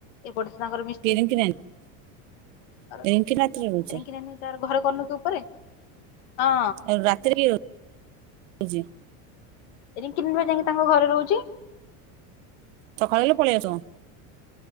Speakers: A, on the left; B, on the right.
A: ଏପଟେ ତାଙ୍କର ମି
B: କିଏ ରିଙ୍କି ନାନି
A: ତାର
B: ରିଙ୍କି ରାତିରେ ରହୁଚି।
A: ରିଙ୍କି ନାନୀ ତାର ଘରେ କରୁନି କୁ ଉପରେ ହଁ।
B: ଆଉ ରାତିରେ କିଏ ରହୁଚି?
A: ରିଙ୍କି ନାନି ପା ଯାଇକି ତାଙ୍କ ଘରେ ରହୁଚି।
B: ସକାଳେ ହେଲେ ପଳେଇ ଆସିବ।